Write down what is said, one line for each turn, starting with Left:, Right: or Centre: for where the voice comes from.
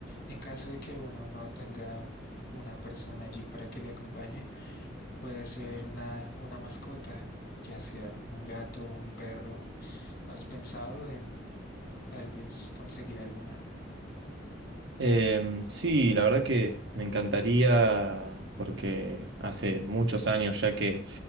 Left: en caso de que uno no tenga una persona allí para que le acompañe, puede ser una, una mascota, ya sea un gato, un perro. ¿Has pensado en tal vez conseguir alguna?
Right: Em, sí, la verdad que me encantaría porque hace muchos años ya que,